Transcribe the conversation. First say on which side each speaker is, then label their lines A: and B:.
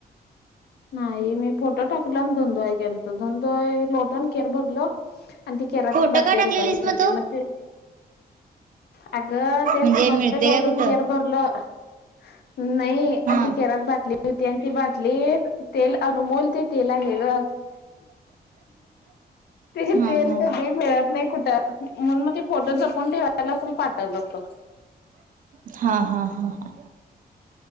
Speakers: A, on the left; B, on the right.
A: होय नाही मी फोटो टाकला आणि धुणं धुवायला गेलतो धुणं धुवाय लोटून केर भरलो आणि ती केरात
B: फोटो
A: ती बाटली
B: का टाकलेलीस
A: रिकामी होती
B: तू?
A: मग ती अगं तेच
B: म्हणजे
A: सांगलोय
B: मिळते
A: लोटून
B: काय कुठं?
A: केर भर भरलं नाही
B: हा
A: आणि ती केरात बाटली होती आणि ती बाटलीत तेल अनुमोल ते तेल आहे ग ते
B: हा
A: तेल
B: हा
A: कधी मिळत नाही कुठं म्हणून मग ते फोटो जपून ठेवा त्याला असल पाठवतात तर.
B: हा हा हा